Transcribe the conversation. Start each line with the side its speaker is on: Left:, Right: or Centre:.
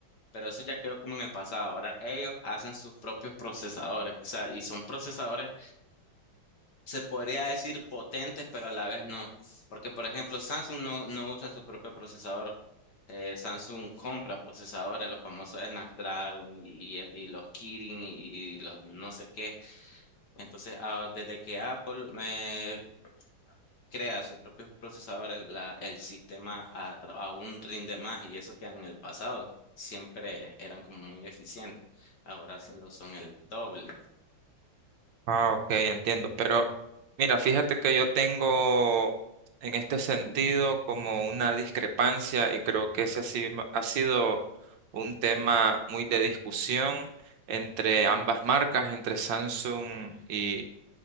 Left: Pero eso ya quedó como en el pasado. Ahora ellos hacen sus propios procesadores, o sea, y son procesadores, se podría decir potentes, pero a la vez no. Porque, por ejemplo, Samsung no, no usa su propio procesador. Eh, Samsung compra procesadores, los famosos Snapdragon y, y los Kirin y los no sé qué. Entonces, ah, desde que Apple eh, crea sus propios procesadores, la, el sistema a- aún rinde más y eso que en el pasado siempre eran como muy eficientes, ahora sí lo son el doble.
Right: Ah, ok, entiendo. Pero mira, fíjate que yo tengo en este sentido como una discrepancia y creo que ese ha si- ha sido un tema muy de discusión entre ambas marcas, entre Samsung y,